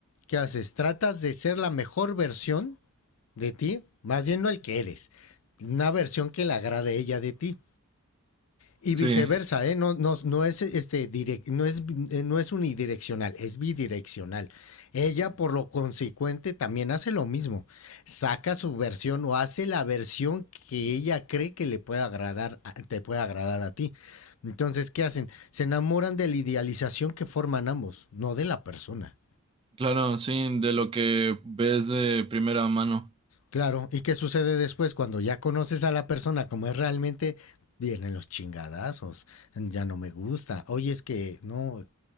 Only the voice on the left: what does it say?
¿qué haces? Tratas de ser la mejor versión de ti, más bien no el que eres, una versión que le agrade a ella de ti. Y
viceversa, ¿eh? No, no, no es este direct, no es eh, no es unidireccional, es bidireccional. Ella,
por lo consecuente, también hace lo mismo. Saca su versión o hace la versión que ella cree que le pueda agradar, a- te puede agradar a ti. Entonces, ¿qué hacen? Se enamoran de la idealización que forman ambos, no de la persona.
Claro, ¿y qué sucede después cuando ya conoces a la persona como es realmente? Vienen los chingadazos, ya no me gusta. Oye, es que no,